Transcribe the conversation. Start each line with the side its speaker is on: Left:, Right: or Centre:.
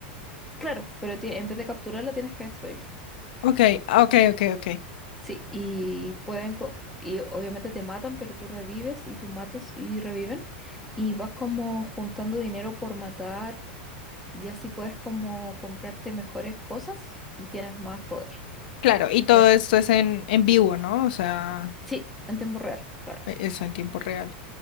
Centre: Claro, pero ti- en vez de capturarla tienes que destruirla.
Left: Ok, ok, ok, ok.
Centre: Sí, y pueden co- y obviamente te matan, pero tú revives y tú matas y reviven y vas como juntando dinero por matar y así puedes como comprarte mejores cosas y tienes más poder.
Left: Claro, y todo
Centre: Eh,
Left: esto es en, en vivo, ¿no? O sea,
Centre: Sí, en tiempo real, claro.
Left: e- eso en tiempo real.